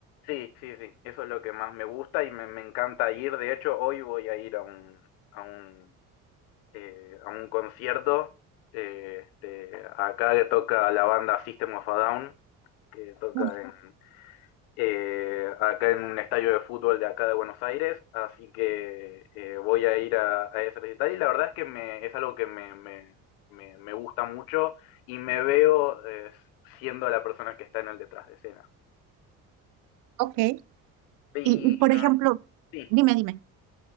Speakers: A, on the left; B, on the right.
A: Sí, sí, sí, eso es lo que más me gusta y me, me encanta ir. De hecho, hoy voy a ir a un, a un eh, a un concierto. eh, este, acá que toca la banda System of a Down, que toca
B: Mm,
A: en, eh, acá en un estadio de fútbol de acá de Buenos Aires. Así que eh, voy a ir a, a ese recital y la verdad es que me, es algo que me, me, me- me gusta mucho y me veo eh, siendo la persona que está en el detrás de escena.
B: Ok. Y,
A: Y
B: y, por
A: mm,
B: ejemplo,
A: sí,
B: dime, dime.